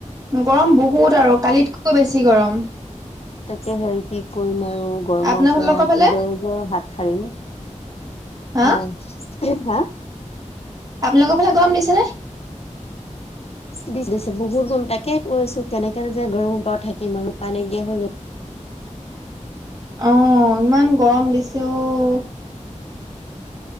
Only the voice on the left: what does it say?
তাকে হেৰি কি কৰিম আৰু গৰমৰ
পৰা
কি দৰে যে হাত সাৰিম,
হয় হা'
দিছে বহুত গৰম তাকে কৈছো, কেনেকেনো যে গৰম পাও থাকিম আৰু উপায় নাইকিয়া হৈ গ'ল।